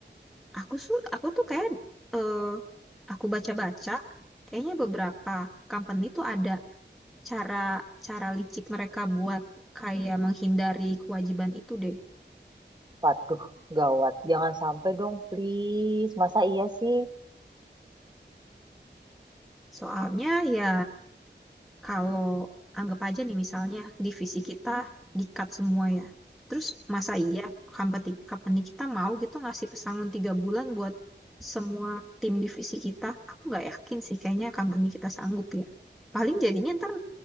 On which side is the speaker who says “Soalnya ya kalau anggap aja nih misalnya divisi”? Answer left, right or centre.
Centre